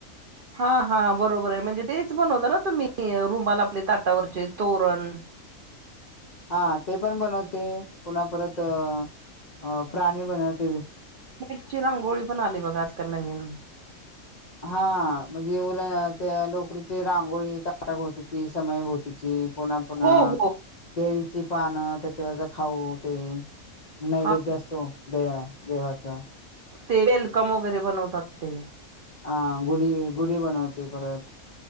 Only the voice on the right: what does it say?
हा हा बरोबरे म्हणजे तेच बनवता ना तुम्ही रुमाला आपले ताटावरचे तोरण.
मॅट ची रांगोळी पण आली बघा आजकाल नवीन.
हो हो
हा
ते वेलकम वगैरे बनवतात ते.